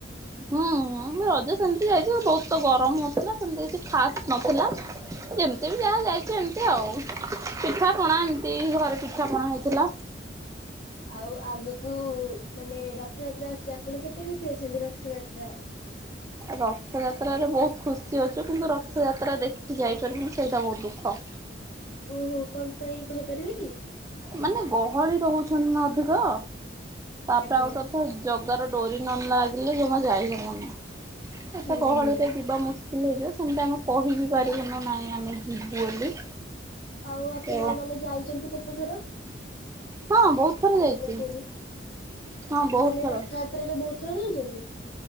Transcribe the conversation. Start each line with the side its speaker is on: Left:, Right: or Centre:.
Right: ହୁଁ ରଜ ସେମିତି ହେଇଛି ବହୁତ ଗରମ ହଉଥିଲା ସେମତି କିଛି ଖାସ ନଥିଲା। ଯେମିତି ବି ଯାହା ଯାଇଛି ଏମତି ଆଉ ପିଠା ପଣା ଏମିତି ଘରେ ପିଠାପଣା ହେଇଥିଲା।
Left: ଆଉ ଆଗକୁ ମାନେ ରଥଯାତ୍ରା ଆସୁଛି ଆପଣ କେତେ ଖୁସି ଅଛନ୍ତି? ରଥଯାତ୍ରା
Right: ରଥଯାତ୍ରରେ ବହୁତ ଖୁସି ଅଛୁ କିନ୍ତୁ ରଥଯାତ୍ରା ଦେଖି ଯାଇପାରୁନୁ ସେଇଟା ବହୁତ ଦୁଃଖ।
Left: ଓହୋ କଣ ପାଇଁ କହିପାରିବେ କି?
Right: ମାନେ ଗହଳି ରହୁଛନ୍ତି ନା ଅଧିକ ତାପରେ
Left: ଆଜ୍ଞା
Right: ଆଉ ଜଗାର ଡୋରି ନ ଲାଗିଲେ ଜମା ଯାଇହବନି ଏତେ
Left: ହୁଁ
Right: ଗହଳିରେ
Left: ହୁଁ
Right: ଯିବା ମୁଁ ଭୁଲ ହେଇଯିବ ସେମିତି ଆମେ କହି ବି ପାରିବୁନି ନାଇଁ ଆମେ ଯିବୁ ବୋଲି।
Left: ଆଉ ଆପଣ
Right: ଓ
Left: ମାନେ ଯାଇଛନ୍ତି କେତେଥର?
Right: ହଁ ବହୁତ। ଥର ଯାଇଛି
Left: ମାନେ ପୁରୀ
Right: ହଁ ବହୁତ
Left: ମାନେ
Right: ଥର
Left: ରଥଯାତ୍ରାରେ ବହୁତ ଥର ଯାଇଛନ୍ତି!